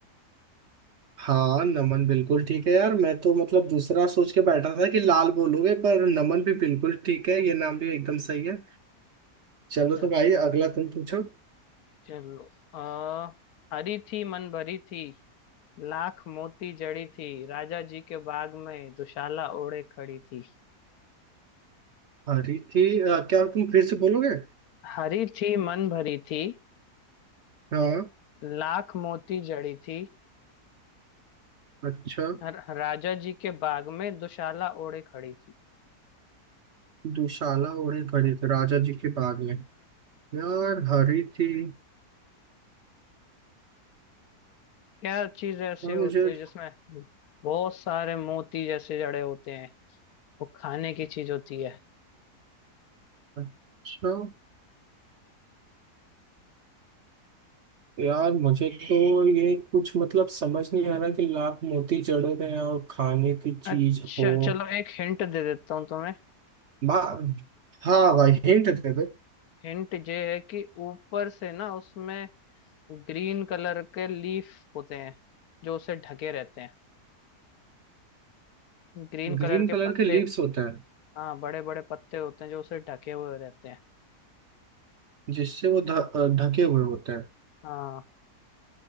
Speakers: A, on the right (about 55°); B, on the left (about 70°).
A: हाँ नमन बिल्कुल ठीक है यार मैं तो मतलब दूसरा सोच के बैठा था कि लाल बोलोगे पर नमन भी बिल्कुल ठीक है ये नाम भी एकदम सही है चलो
B: चल
A: तो भाई अगला तुम पूछो
B: चलो आ, हरी थी मन भरी थी लाख मोती जड़ी थी राजा जी के बाग में दुशाला ओढ़े खड़ी थी
A: हरी थी अ, क्या तुम फिर से बोलोगे
B: हरी थी मन भरी थी
A: हाँ
B: लाख मोती जड़ी थी
A: अच्छा
B: र- राजा जी के बाग में दुशाला ओढ़े खड़ी थी
A: दुशाला ओढ़े खड़ी थी राजा जी के बाग में यार हरी थी
B: क्या चीज ऐसे
A: यार
B: होते
A: मुझे
B: हैं जिसमें बहुत सारे मोती जैसे जड़े होते हैं वो खाने की चीज होती है
A: अच्छा यार मुझे तो ये कुछ मतलब समझ नहीं आ रहा कि लाख मोती जड़े में और खाने की चीज
B: अच्छा
A: हो
B: चलो एक हिंट दे देता हूँ तुम्हें
A: बा हाँ भाई हिंट दे दो
B: हिंट ये है कि ऊपर से ना उसमें ग्रीन कलर के लीफ होते हैं जो उसे ढके रहते हैं ग्रीन
A: ग्रीन
B: कलर
A: कलर
B: के पत्ते
A: के लीव्स होते हैं
B: हाँ बड़े बड़े पत्ते होते हैं जो उसे ढके हुए रहते हैं
A: जिससे वो ढ- अ, ढके हुए होते हैं
B: हाँ